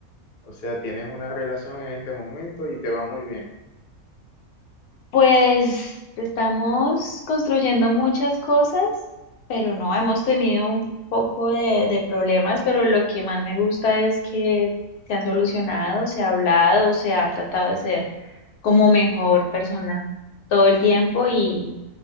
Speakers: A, on the left; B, on the left.
A: O sea, tienes una relación en este momento y te va muy bien.
B: Pues estamos construyendo muchas cosas, pero no hemos tenido un poco de, de problemas, pero lo que más me gusta es que se han solucionado, se ha hablado, se ha tratado de ser como mejor persona todo el tiempo y